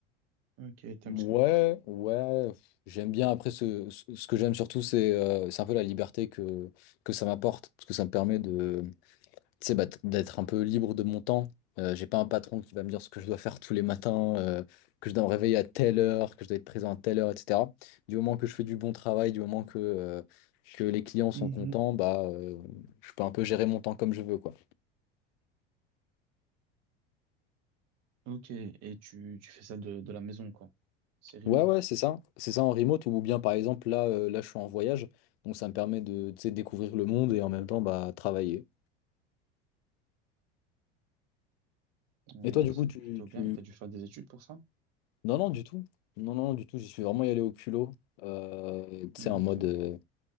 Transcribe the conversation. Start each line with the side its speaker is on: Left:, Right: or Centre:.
Right: Ok, t'aimes
Left: Ouais,
Right: ce que-
Left: ouais. pff, J'aime bien. Après, ce, ce- ce que j'aime surtout, c'est euh, c'est un peu la liberté que, que ça m'apporte. Parce que ça me permet de, tu sais, bah, t- d'être un peu libre de mon temps. Euh, j'ai pas un patron qui va me dire ce que je dois faire tous les matins, euh, que je dois me réveiller à telle heure, que je dois être présent à telle heure, etc. Du moment que je fais du bon travail, du moment que, euh, que les clients sont
Right: Mhm.
Left: contents, bah, euh, je peux un peu gérer mon temps comme je veux, quoi.
Right: Ok, et tu, tu fais ça de, de la maison, quoi. C'est remote.
Left: Ouais, ouais, c'est ça. C'est ça en remote ou bien par exemple là, euh, là je suis en voyage, donc ça me permet de, tu sais, découvrir le monde et en même temps bah, travailler.
Right: Ouais,
Left: Et toi du
Right: c'est
Left: coup tu,
Right: plutôt
Left: tu...
Right: bien. Et t'as dû faire des études pour ça?
Left: Non, non, du tout. Non, non, du tout, j'y suis vraiment y allé au culot. Euh, tu
Right: Ok,
Left: sais, en mode, euh,